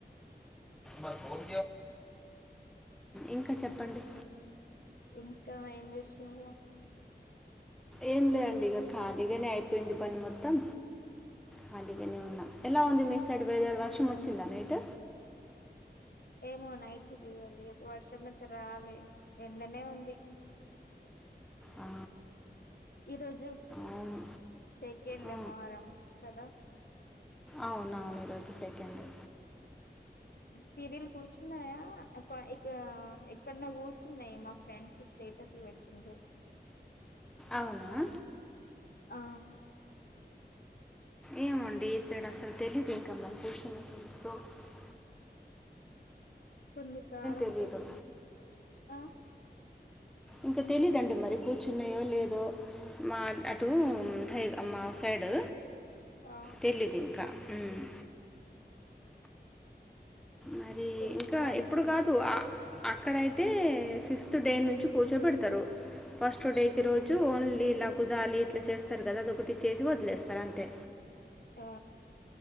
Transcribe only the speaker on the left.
ఇంకా ఏం చేస్తుంది ఇగ
ఏమో నైట్ తెలియలేదు వర్షం ఐతే రాలే ఎండనే ఉంది
ఈరోజు
సెకండ్
మోహరం కదా
పిరలు కూర్చున్నాయా ఇ <unintelligible> ఎక్కడన్నా కూర్చున్నాయి మా ఫ్రెండ్స్ స్టేటస్లు పెట్టినరు
ఆ
<unintelligible> తనికాడకుచ్చ
ఆ
ఆ
తెలుసుకోవాలండి
కదా
ఆ